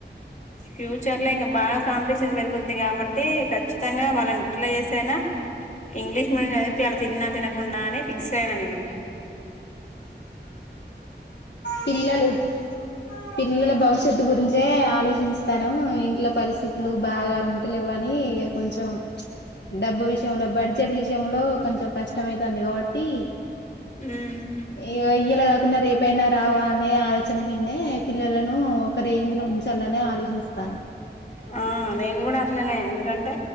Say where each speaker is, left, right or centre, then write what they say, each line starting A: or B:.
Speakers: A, on the left; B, on the left.
A: ఫ్యూచర్ ఇంకా బాగా కాంపి పెరుగుంది కాబట్టి ఖచ్చితంగా వాళ్ళని ఇట్లా చేసేనా ఇంగ్లీష్ మీడియం చదిపి వాళ్ళ తిన్నా తినకున్నా అని ఫిక్స్ అయినా నేను
B: పిల్లలు పిల్లల భవిష్యత్తు గురించే ఆలోచిస్తాను ఇంట్ల పరిస్థితులు బాగా ఉండలేవ అని ఇక కొంచెం డబ్బు విషయంలో బడ్జెట్ విషయంలో కొంచెం కష్టం అవుతుంది కాబట్టి
A: ఉమ్
B: ఏ వేయ్యక్ కాకున్నారు ఏ పైనా రావా అనే ఆలోచన వినేే పిల్లలను ఒక రేం్ లో ఉంచాలని ఆలోచిస్త అ
A: ఆ నేను కూడా అట్లనే ఎందుకంటే